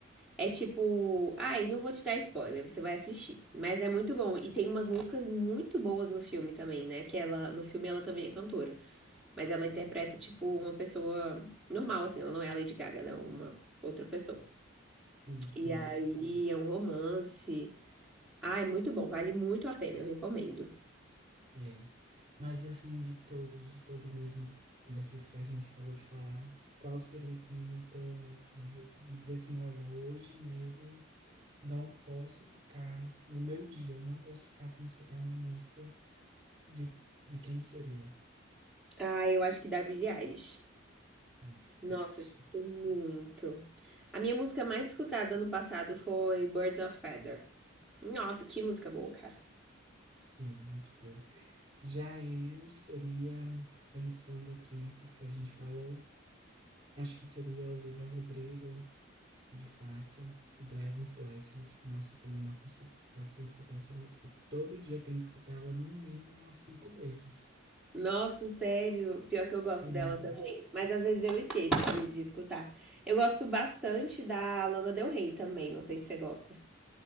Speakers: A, in the centre; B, on the right.
A: É tipo, ai, não vou te dar spoiler, você vai assistir. Mas é muito bom e tem umas músicas muito boas no filme também, né? Que ela, no filme ela também é cantora, mas ela interpreta tipo uma pessoa normal assim, ela não é a Lady Gaga, ela é uma outra pessoa.
B: Sim, sim,
A: E aí é um romance. Ai, muito bom, vale muito a pena, eu recomendo.
B: é. Mas assim, de todos, de todo mesmo, desses que a gente acabou de falar, qual seria assim o teu, dizer, de dizer assim, olha, hoje mesmo. não posso ficar no meu dia, eu não posso ficar sem escutar uma música de, de quem seria?
A: Ah, eu acho que da Billie Eilish.
B: Hum,
A: Nossa,
B: eu acho.
A: eu escuto muito. A minha música mais escutada ano passado foi Birds of Feather. Nossa, que música boa, cara.
B: Sim, muito boa. Já eu seria, pensando aqui nesses que a gente falou, acho que seria Olivia Rodrigo, de fato, Driving License. Nossa, eu também não consigo ficar sem escutar essa música. Todo dia eu tenho que escutar ela no mínimo umas cinco vezes.
A: Nossa, sério. Pior que eu gosto
B: Sim,
A: dela também. Mas às vezes eu esqueço de, de escutar. Eu gosto bastante da Lana Del Rey também. Não sei se você gosta.